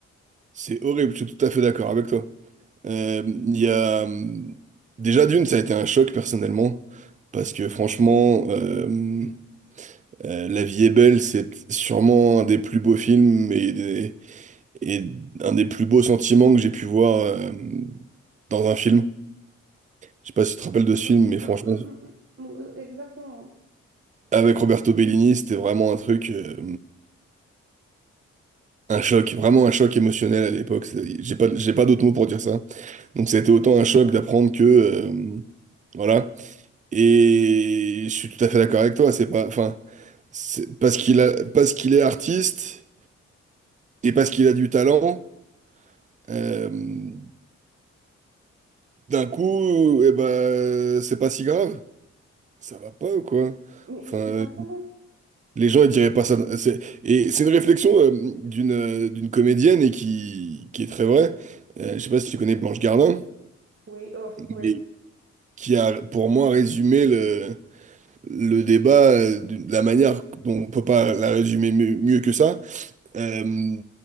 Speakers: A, on the right; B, on the right.
A: C'est horrible, je suis tout à fait d'accord avec toi. Euh, Il y a... hum, Déjà, d'une, ça a été un choc personnellement, parce que franchement, euh, euh, La vie est belle, c'est sûrement un des plus beaux films et, des- et un des plus beaux sentiments que j'ai pu voir euh, dans un film. Je sais pas si tu te rappelles de ce film,
B: Mm,
A: mais franchement,
B: mm, mm, mm, mm. Exactement, oui.
A: avec Roberto Bellini, c'était vraiment un truc, euh, un choc, vraiment un choc émotionnel à l'époque. C'est- J'ai pas, j'ai pas d'autres mots pour dire ça. Donc ça a été autant un choc d'apprendre que euh, voilà. Et je suis tout à fait d'accord avec toi. C'est pas, enfin, c'est parce qu'il a, parce qu'il est artiste et parce qu'il a du talent. euh, d'un coup, eh ben, c'est pas si grave. Ça va pas ou quoi?
B: Mais
A: Enfin,
B: exactement.
A: les gens ils diraient pas ça. C'est- et c'est une réflexion euh, d'une euh, d'une comédienne et qui qui est très vraie. Euh, je sais pas si tu connais Blanche Gardin,
B: Oui, oh, oui,
A: mais qui a pour moi résumé le le débat, euh, de la manière dont on peut pas la résumer mieux, mieux que ça. Euh,